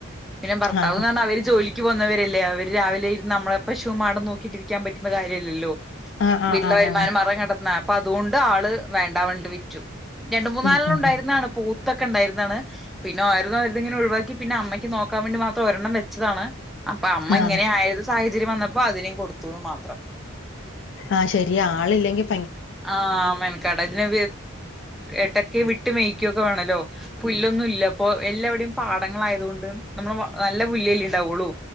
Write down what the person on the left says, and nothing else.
ആ ആ
ആ ആ
ആ
ആ
ഉം ഉം
ഉം
ആ
ആ ശരിയാ ആളില്ലെങ്കിൽ